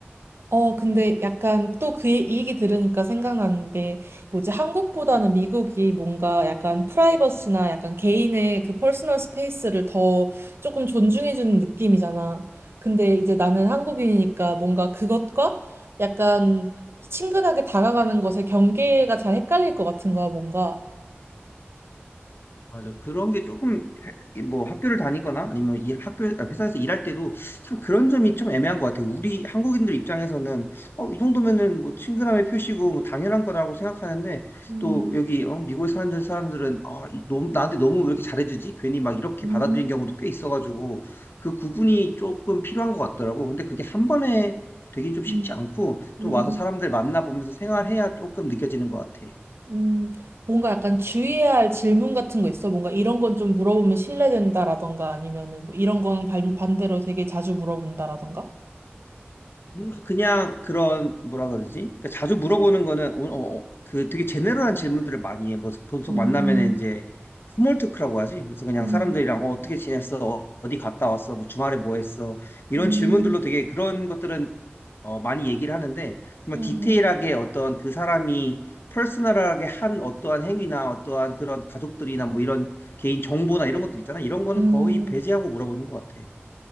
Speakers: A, on the right (about 65°); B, on the left (about 60°).
A: 어, 근데 약간 또 그 얘기 들으니까 생각나는 게 뭐지? 한국보다는 미국이 뭔가 약간 프라이버시나 약간 개인의 그 퍼스널 스페이스를 더 조금 존중해주는 느낌이잖아. 근데 이제 나는 한국인이니까 뭔가 그것과 약간 친근하게 다가가는 것의 경계가 잘 헷갈릴 것 같은 거야, 뭔가.
B: 맞아. 그런 게 조금 해- 뭐 학교를 다니거나 아니면 이 학교 아, 회사에서 일할 때도 참 그런 점이 좀 애매한 것 같아. 요 우리 한국인들 입장에서는 어, 이 정도면은 뭐 친근함의 표시고 뭐 당연한 거라고 생각하는데
A: 음,
B: 또 여기 어, 미국에 사는 사람들은 아, 이- 너무 나한테 너무 왜 이렇게 잘해주지? 괜히 막 이렇게
A: 음,
B: 받아들인 경우도 꽤 있어가지고 그 구분이 조금 필요한 것 같더라고. 근데 그게 한 번에 되긴 좀 쉽지
A: 음,
B: 않고 좀
A: 음,
B: 와서
A: 음.
B: 사람들 만나보면서 생활해야 조금 느껴지는 것 같아.
A: 음, 뭔가 약간 주의해야 할 질문 같은 거 있어? 뭔가 이런 건 좀 물어보면 신뢰된다라던가 아니면은 뭐 이런 건 반- 반대로 되게 자주 물어본다라던가?
B: 뭔가 그냥 그런 뭐라 그러지? 그러니까 자주 물어보는 거는 어, 어, 어, 그 되게 제네럴한 질문들을 많이 해. 뭐 보통
A: 음,
B: 만나면 이제 스몰 토크라고 하지. 그래서 그냥
A: 음,
B: 사람들이랑 어, 떻게 지냈어? 어, 어디 갔다 왔어? 뭐 주말에 뭐 했어? 이런
A: 음,
B: 질문들로 되게 그런 것들은 어, 많이 얘기를 하는데 정말
A: 음,
B: 디테일하게
A: 음,
B: 어떤 그 사람이 퍼스널하게 한 어떠한 행위나 어떠한 그런 가족들이나 뭐 이런 개인 정보나 이런 것들 있잖아. 이런 거는
A: 음.
B: 거의 배제하고 물어보는 것 같아.